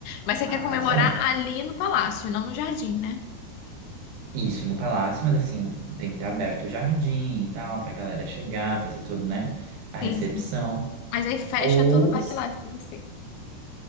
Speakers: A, on the left (about 80°); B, on the right (about 70°).
A: Mas você
B: arrasou.
A: quer comemorar ali no palácio, não no jardim, né?
B: Isso no palácio, mas assim, tem que estar aberto o jardim e tal, pra galera chegar, fazer tudo, né? A recepção.
A: Sim, sim. Mas aí fecha
B: Ou
A: todo o Parque Lage pra você.